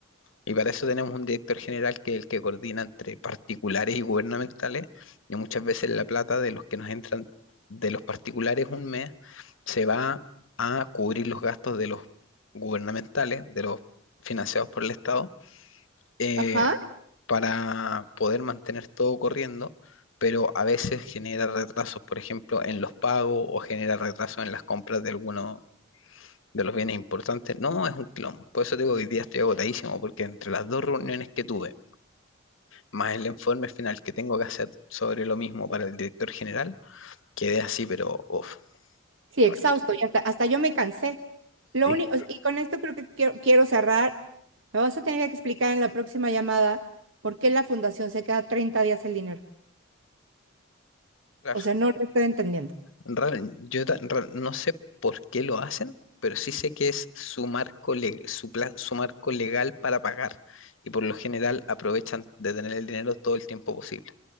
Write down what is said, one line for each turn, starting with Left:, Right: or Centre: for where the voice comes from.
Left: Y para eso tenemos un director general que es el que coordina entre particulares y gubernamentales. Y muchas veces la plata de los que nos entran de los particulares un mes se va a cubrir los gastos de los gubernamentales, de los financiados por el Estado, eh,
Right: Ajá.
Left: para poder mantener todo corriendo, pero a veces genera retrasos, por ejemplo, en los pagos o genera retrasos en las compras de algunos de los bienes importantes. No, es un clon. Por eso te digo que hoy día estoy agotadísimo, porque entre las dos reuniones que tuve, más el informe final que tengo que hacer sobre lo mismo para el director general, quedé así, pero uff,
Right: Sí,
Left: muerto.
Right: exhausto. Y hasta, hasta yo me cansé. Lo
Left: Sí.
Right: único, y con esto creo que quiero, quiero cerrar. Me vas a tener que explicar en la próxima llamada por qué la fundación se queda 30 días el dinero.
Left: Claro,
Right: O sea, no lo estoy entendiendo.
Left: Real- yo ta- real- no sé por qué lo hacen, pero sí sé que es su marco, le- su, pla- su marco legal para pagar y por lo general aprovechan de tener el dinero todo el tiempo posible.